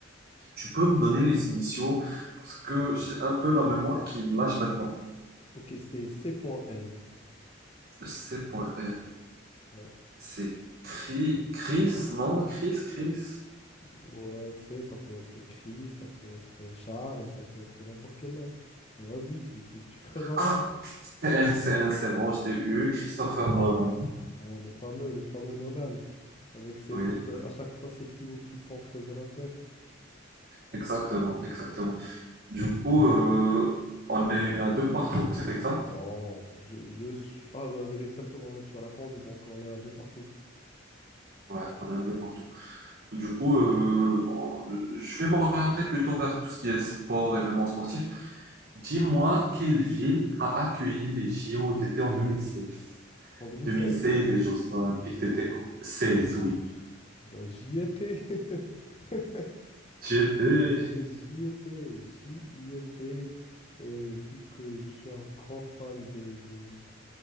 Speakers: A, on the right (about 50°); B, on the left (about 30°).
A: tu peux me donner les initiaux parce que j'ai un peu la mémoire qui me lâche maintenant.
B: Ok, c'est C.N.
A: C.N.
B: Ouais.
A: C'est Chris, Chris, non? Chris, Chris.
B: Ouais, c'est, ça peut être Chris, ça peut être Charles, ça peut être n'importe quel nom. Vas-y, tu, tu, tu creuses un
A: Ah,
B: peu.
A: c'est N, c'est N, c'est bon, je t'ai eu. Christopher Nolan.
B: Ouais, le fameux, le fameux Nolan, avec ses,
A: Oui,
B: tout, à chaque fois ces films qui font creuser la tête.
A: exactement, exactement.
B: Ouais.
A: Du coup, euh, on est à deux partout, c'est exact?
B: Non, je, je suis... Ah, ouais, ouais, exactement, ouais, tu as répondu, donc on est à deux partout.
A: Ouais, on est à deux partout. Du coup, euh, on- je vais m'orienter plutôt vers tout ce qui est sport, événements sportifs. Dis-moi quelle ville a accueilli les JO d'été en 2016.
B: En 2016,
A: 2016, les Jeux Olympiques d'été 16, oui.
B: bah, j'y étais. <laughs>
A: J'y
B: J'y-
A: étais.
B: Oui, j'y étais, j'y y étais. Et vu que je suis un grand fan de, de,